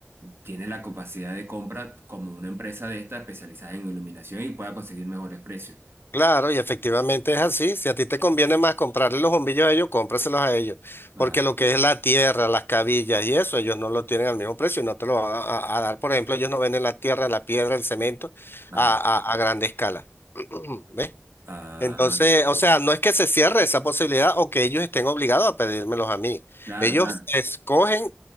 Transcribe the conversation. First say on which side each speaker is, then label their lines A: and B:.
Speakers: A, on the right (about 65°); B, on the left (about 55°).
A: tiene la capacidad de compra como una empresa de esta especializada en iluminación y pueda conseguir mejores precios.
B: Claro, y efectivamente es así. Si a ti te conviene más comprarle los bombillos a ellos, cómpraselos a ellos.
A: Ajá,
B: Porque lo que es la tierra, las cabillas y eso, ellos no lo tienen al mismo precio y no te lo van a, a- a dar. Por ejemplo, ellos no venden la tierra, la piedra, el cemento
A: ajá.
B: a, a, a grande escala. <clears throat> ¿Ves?
A: Ah,
B: Entonces, o sea, no es que se cierre esa posibilidad o que ellos estén obligados a pedírmelos a mí.
A: claro,
B: Ellos
A: claro,
B: escogen